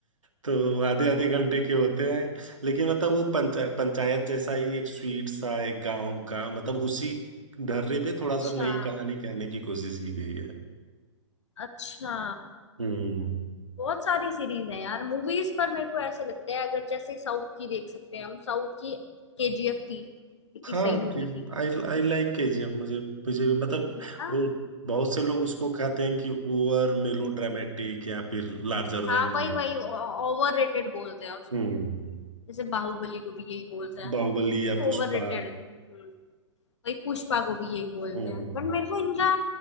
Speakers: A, on the right; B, on the left.
A: तो आधे
B: और
A: आधे घंटे के होते हैं लेकिन मतलब वो पंचा, पंचायत जैसा ही एक स्वीट सा एक गांव का मतलब उसी ढर्रे पे थोड़ा
B: अच्छा
A: सा नई कहानी कहने की कोशिश की गई है
B: अच्छा
A: हम्म
B: बहुत सारी सीरीज है यार मूवीज पर मेरे को ऐसा लगता है अगर जैसे साउथ की देख सकते हैं हम साउथ की केजीएफ थी कितनी
A: हाँ
B: सही मूवी
A: कि
B: थी
A: आई आई लाइक केजीएफ मुझे मुझे भी- मतलब
B: है ना
A: वो बहुत से लोग उसको कहते हैं कि ओवर मेलो ड्रामेटिक या फिर larger
B: हाँ
A: than life
B: वही वही ओवर रेटेड बोलते हैं उसको
A: Hmm
B: जैसे बाहुबली को भी यही बोलते हैं
A: Baahubali या
B: कि
A: पुष्पा
B: ओवररेटेड है हम्म, वही पुष्पा को भी यही बोलते
A: हम्म
B: हैं बट मेरे को इनका